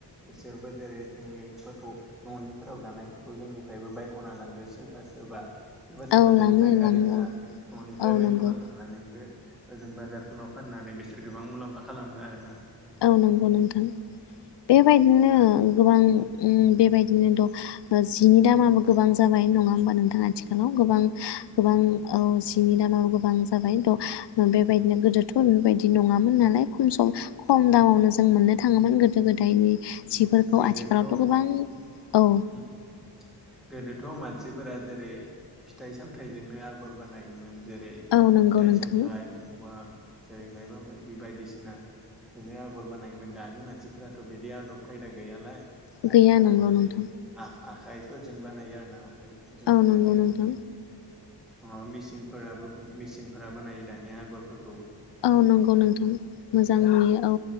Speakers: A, in the centre; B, on the left (about 70°).
A: बिसोरबो जेरै जोंनिफोरखौ न'निफोराव दानायफोरखौ जोंनिफ्रायबो बायख'ना लांगो सोरबा सोरबा सोरबा सोरबा
B: औ
A: जेरै
B: लाङो
A: फाइकारिफोरा
B: लाङो औ
A: न'निफ्राय
B: औ
A: बाय
B: नंगौ
A: ख'ना लांनानैबो ओजों बाजारफोराव फाननानै बिसोर गोबां मुलाम्फा खालामो आरो ना
B: औ नंगौ नोंथां बेबायदिनो
A: दा
B: गोबां
A: उम
B: बेबायदिनो
A: उम
B: द' जिनि दामाबो गोबां जाबाय नङा होमबा नोंथां आथिखालाव गोबां गोबां औ जिनि दामाबो गोबां जाबाय थ' बेबायदिनो गोदोथ' बेफोरबायदि बिदि नङामोन नालाय खम सम खम दामावनो जों मोननो थाङोमोन गोदो गोदायनि जिफोरखौ
A: गोदोथ'
B: आथिखालावथ' गोबां
A: उम,
B: औ
A: उम. गोदोथ' मानसिफोरा जेरै फिथाइ सामथाइजोंनो आगर बानायोमोन जेरै
B: औ नंगौ
A: फिथाइ
B: नोंथां
A: सामथाइ बबा जेरै माइबा माइबिय बायदिसिना बिनो आगर बानायोमोन दानि मानसिफोराथ' बिदि आदब खायदा गैयालाय दानिफोरा
B: गैया नंगौ
A: जेरै
B: नोंथां
A: आ आखाइफोरजों बानायो आरो ना फ्राय जों
B: औ
A: मोजाङै
B: नंगौ नोंथां
A: दानिया अ मेसिनफोराबो मेसिनफोराबो नायो दानि आगरफोर
B: औ नंगौ नोंथां मोजां
A: उम
B: नुयो औ